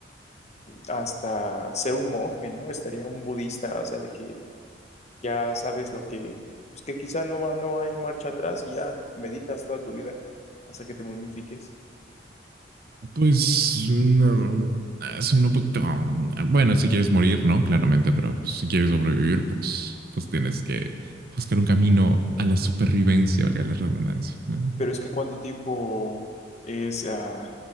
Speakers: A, on the left; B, on the right.
A: hasta ser un monje, ¿no? Estaría un budista, o sea, de que ya sabes lo que, pues que quizá no va, no hay marcha atrás y ya meditas toda tu vida hasta que te momifiques.
B: Pues no, ah, soy un poquito... ah, Bueno, si quieres morir, ¿no? Claramente, pero pues, si quieres sobrevivir, pues, pues tienes que buscar un camino a la supervivencia, valga la redundancia, ¿no?
A: Pero es que cuánto tiempo es, ah,